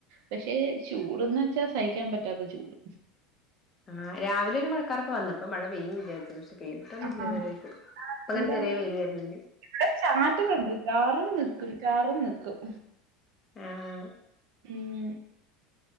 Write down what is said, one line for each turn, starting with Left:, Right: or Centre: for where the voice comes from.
Right: പക്ഷെ ചൂട്ന്ന് വെച്ചാ സഹിക്കാൻ പറ്റാത്ത ചൂട്
Left: ആഹ് രാവിലെ ഒരു മഴക്കാറൊക്കെ വന്ന് അപ്പോ മഴ പെയ്യും വിചാരിച്ചു പക്ഷെ പെയ്തീട്ടൊന്നുല്ല
Right: ആഹ്
Left: ഇതുവരായിട്ടും ഇപ്പങ്ങനെ
Right: എന്താ
Left: ചെറിയ വെയില് വരുന്നുണ്ട്
Right: ഇവിടെ ചാറ്റലുണ്ട് ചാറും നിക്കും ചാറും നിക്കും
Left: ആഹ് ആഹ്
Right: ഉം